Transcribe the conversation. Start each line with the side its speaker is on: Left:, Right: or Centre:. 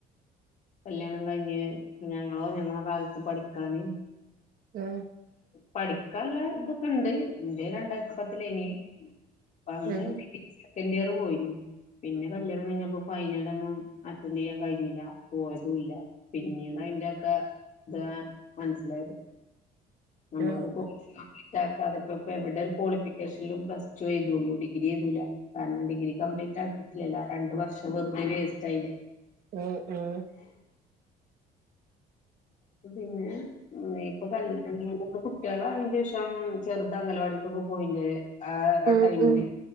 Left: കല്യാണം കഴിഞ്ഞ് ഞങ്ങളോ ഞങ്ങള കാൽത്ത് പഠിക്കാന്
Right: ഏ
Left: പഠിക്കാല്ലതൊക്കെണ്ട് ഇന്റെ രണ്ടായിര്ത്തി പത്തിലേനി വന്ന്
Right: ഉം
Left: ഡിഗ്രി സെക്കൻ് ഇയർ പോയിന് പിന്നെ കല്യാണം കഴിഞ്ഞപ്പോ ഫൈനലൊന്നും അറ്റൻ്റ് ചെയ്യാൻ കഴിഞ്ഞില്ലാ പോയതൂല്ലാ പിന്നീട് അയിന്റെക്കെ ഇത് മനസ്സിലായത് നമ്മളോട്
Right: ഉം
Left: <unintelligible> അതിപ്പപ്പോ എവിടെ ക്വാളിഫിക്കേഷനിലും പ്ലസ് ടു എഴുതോളൂ ഡിഗ്രി എഴുതൂല്ലാ കാരണം ഡിഗ്രി കംപ്ലീറ്റ് ആക്ക രണ്ട് വർഷം വെറുതെ വേസ്റ്റായില്ലേ
Right: ഉം ഉം
Left: പിന്നെ ഇപ്പൊ കല്യാണം കുട്ടികളായതിനു ശേഷം ചെറുത് അംഗനവാടീലൊക്കെ പോയി ആ
Right: ഉം ഉം
Left: ടൈമില്
Right: ഉം